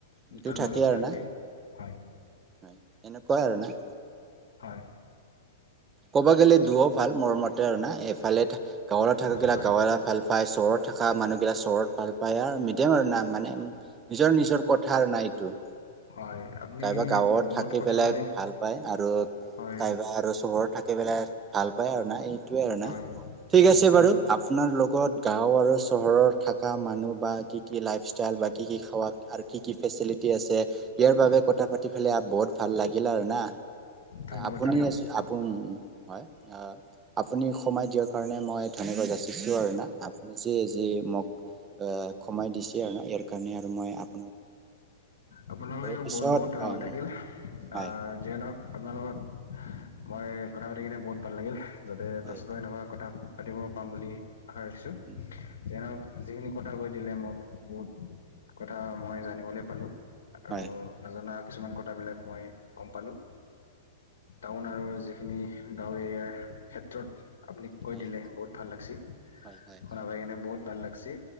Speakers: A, on the left; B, on the right.
A: দুটাৰ
B: এইটো থাকে
A: মাজত
B: আৰু না?
A: হয়
B: হয়, এনেকুৱাই আৰু না।
A: হয়।
B: ক'ব গ'লে দুঅ' ভাল মোৰ মতে আৰু না। এফালে থা গাঁৱলত থাকাকিলা
A: হয়
B: গাঁৱাৰা ভাল পায়, চহৰত থকা মানুহগিলাক চহৰত ভাল পায় আৰু মিডিয়াম আৰু না মানে নিজৰ নিজৰ কথা না এইটো।
A: হয় আপুনি
B: কাইবা গাঁৱত
A: বহুত
B: থাকি
A: কথা
B: পেলাই
A: ক'লে
B: ভাল পায় আৰু
A: হয়
B: কাইবা আৰু চহৰত থাকি একেবেলে ভাল পায় আৰু না এইটোয়ে আৰু না।
A: হয়
B: ঠিক আছে
A: আপুনি
B: বাৰু আপোনাৰ লগত গাঁও আৰু চহৰত থকা মানুহ বা কি কি লাইফষ্টাইল বা কি কি খাৱ কি কি ফেচিলিটি আছে ইয়াৰ বাবে কথা পাতি পেলাই বহুত ভাল লাগিল আৰু না।
A: ধন্যবাদ
B: আপুনি
A: থাকিল
B: আজি আপোন হয়, আ, আপুনি সময় দিয়াৰ কাৰণে মই ধন্যবা যাচিছোঁ আৰু না, আপুনি যে যি মোক সময় দিছে আৰু ইয়াৰ কাৰণে আৰু মই আপ
A: আপোনালৈও
B: পিছত
A: বহুত বহুত ধন্যবাদ
B: অম
A: থাকিল।
B: হয়
A: আহ যিয়ে নহওঁক আপোনাৰ লগত মই কথা পাতি কিনে বহুত ভাল লাগিল যাতে
B: হয়
A: পাছত এনেকুৱা কথা পাতিব পাম বুলি আশা ৰাখিছোঁ
B: উম
A: যেন যিখিনি কথা কৈ দিলে মোক বহুত কথা মই জানিবলৈ পালোঁ। আৰু
B: হয়।
A: নজনা কিছুমান কথাবিলাক মই গম পালোঁ। টাউন আৰু যিখিনি গাঁও এৰিয়াৰ ক্ষেত্ৰত আপুনি কৈ
B: হয়
A: দিলে বহুত ভাল লাগছে,
B: হয় হয়
A: শুনা পাই কিনে বহুত ভাল লাগিছে।